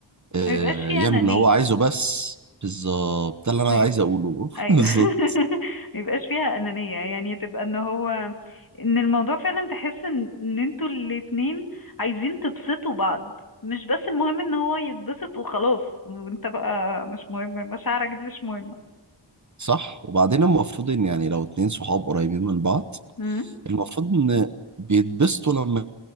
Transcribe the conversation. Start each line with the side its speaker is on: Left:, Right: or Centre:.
Right: آه،
Left: ما يبقاش في
Right: يعمل
Left: انانيه
Right: اللي هو عايزه بس بالظبط ده اللي انا
Left: ما
Right: عايز اقوله
Left: ايوه
Right: <laughs> بالظبط
Left: <laughs> ما يبقاش فيها انانيه يعني تبقى ان هو ان الموضوع فعلا تحس ان ان انتوا الاتنين عايزين تبسطوا بعض مش بس المهم ان هو يتبسط وخلاص وانت بقى مش مهم مشاعرك دي مش مهمه
Right: صح وبعدين المفروض ان يعني لو اتنين صحاب قريبين من بعض
Left: امم
Right: المفروض ان بيتبسطوا لما